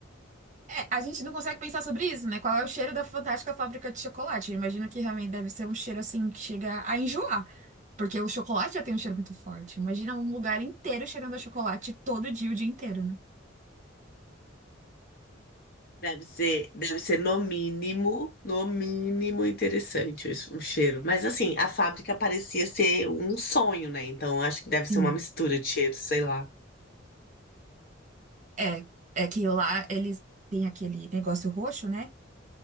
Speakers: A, on the right (about 40°); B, on the left (about 50°).
A: é, a gente não consegue pensar sobre isso, né? Qual é o cheiro da fantástica fábrica de chocolate? Eu imagino que realmente deve ser um cheiro assim que chega a enjoar. Porque o chocolate já tem um cheiro muito forte. Imagina um lugar inteiro cheirando a chocolate todo dia, o dia inteiro, né?
B: Deve ser, deve ser no mínimo, no mínimo interessante isso, o cheiro. Mas assim, a fábrica parecia ser um sonho, né? Então acho que deve
A: Sim.
B: ser uma mistura de cheiros, sei lá.
A: É, é que lá eles têm aquele negócio roxo, né?